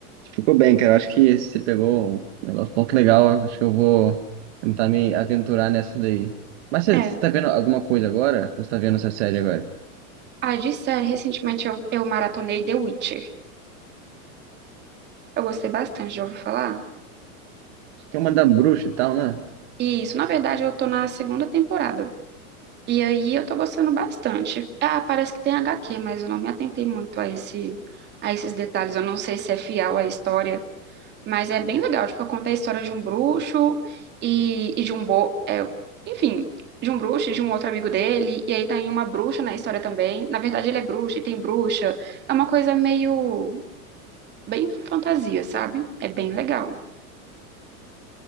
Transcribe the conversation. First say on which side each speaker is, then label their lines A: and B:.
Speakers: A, on the right; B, on the right.
A: Ficou bem, cara. Eu acho que você pegou um negócio um pouco legal. Eu Acho que eu vou tentar me aventurar nessa daí. Mas você,
B: É.
A: você tá vendo alguma coisa agora? Ou você tá vendo essa série agora?
B: Ah, de série, recentemente eu, eu maratonei The Witcher. Eu gostei bastante, já ouvi falar?
A: Acho que é uma da bruxa e tal, né?
B: Isso, na verdade, eu tô na segunda temporada. E aí eu tô gostando bastante. Ah, parece que tem HQ, mas eu não me atentei muito a esse, a esses detalhes. Eu não sei se é fiel à história, mas é bem legal. Tipo, conta a história de um bruxo e, e de um bo... é, enfim, de um bruxo e de um outro amigo dele. E aí tem uma bruxa na história também. Na verdade, ele é bruxo e tem bruxa. É uma coisa meio... bem fantasia, sabe? É bem legal.